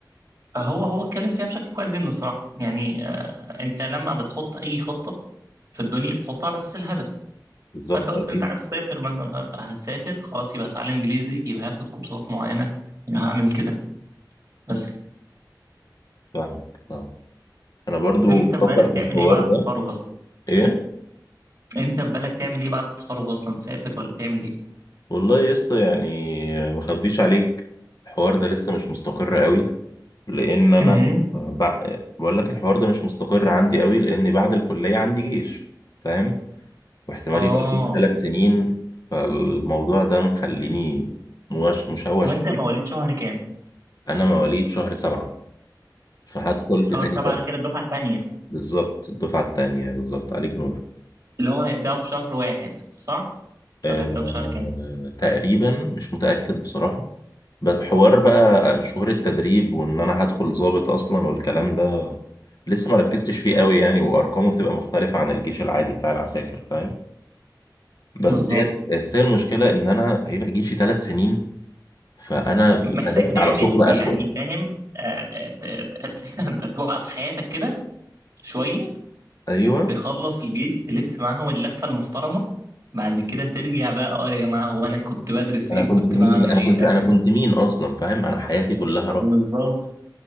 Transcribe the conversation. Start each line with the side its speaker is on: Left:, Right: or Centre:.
Right: فهو هو اتكلم فيها بشكل كويس جدا الصراحة يعني آه أنت لما بتحط أي خطة في الدنيا بتحطها على أساس الهدف
Left: بالظبط
Right: فأنت قلت
Left: اكيد
Right: إن أنت عايز تسافر مثلا ف- فهتسافر خلاص يبقى هتعلم إنجليزي يبقى هاخد كورسات معينة يبقى هعمل كده بس
Left: فاهمك آه. انا برضو
Right: أنت
Left: بفكر
Right: في بالك
Left: في
Right: تعمل
Left: الحوار
Right: إيه بعد
Left: ده
Right: التخرج
Left: ايه
Right: انت في بالك تعمل ايه بعد التخرج اصلا تسافر ولا تعمل ايه
Left: والله يا اسطى يعني ما اخبيش عليك الحوار ده لسه مش مستقر قوي لان انا
Right: امم
Left: بع... بقول لك الحوار ده مش مستقر عندي قوي لان بعد الكليه عندي جيش فاهم واحتمال
Right: اه
Left: يبقى جيش ثلاث سنين فالموضوع ده مخليني مش مشوش
Right: هو انت
Left: قوي
Right: مواليد شهر كام؟
Left: انا مواليد شهر سبعة فهدخل في
Right: شهر
Left: تاني
Right: سبعة
Left: تلاتة
Right: ده كده الدفعة التانية
Left: بالظبط الدفعة التانية بالظبط عليك نور
Right: اللي هو هيبداوا في شهر واحد صح
Left: أه...
Right: ولا الدفعة في شهر كام؟
Left: تقريبا مش متأكد بصراحة بس حوار بقى شهور التدريب وان انا هدخل ضابط اصلا والكلام ده لسه ما ركزتش فيه قوي يعني وارقامه بتبقى مختلفة عن الجيش العادي بتاع العساكر فاهم بس
Right: بالظبط
Left: هي بس هي المشكلة ان انا هيبقى جيشي ثلاث سنين فانا في
Right: محتاج
Left: انا داخل
Right: تعمل
Left: على ثقب اسود
Right: يعني فاهم آه، ت- ت- <laughs> توقف حياتك كده شوية
Left: ايوه
Right: تخلص الجيش تلف معاهم اللفة المحترمة بعد كده ترجع بقى اه يا جماعة هو أنا كنت بدرس
Left: انا
Right: إيه
Left: كنت
Right: وكنت
Left: مين
Right: بعمل
Left: انا
Right: إيه
Left: كنت
Right: فاهم
Left: انا كنت مين اصلا فاهم انا حياتي كلها
Right: بالظبط